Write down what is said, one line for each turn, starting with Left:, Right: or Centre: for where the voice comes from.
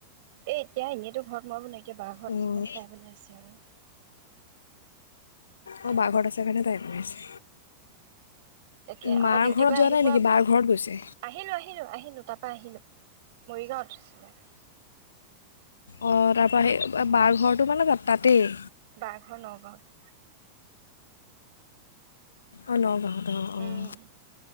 Right: এ, এতিয়া এনেইতো ঘৰত মই বনাই এতিয়া বা ঘৰত
Left: অঁ,
Right: আছো কানে তাই বনাই আছে আৰু।
Left: অ
Right: এ
Left: বাঘৰত আছে কাৰনে তাই বনাইছে
Right: তেকে আকৌ
Left: মাৰ
Right: ডিউটি
Left: ঘৰত
Right: পা
Left: যোৱা
Right: আহি
Left: নাই
Right: পোৱা,
Left: নেকি বাৰ ঘৰত গৈছে
Right: আহিলো আহিলো আহিলো তাপা আহিলো। মৰিগাওঁ আঁছিলে।
Left: অঁ তাৰপৰা হে এ বা-বাৰ ঘৰটো মানে তা তাতেই
Right: বা ঘৰ নগাঁৱত।
Left: অ নগাঁৱত। অঁ অঁ
Right: উম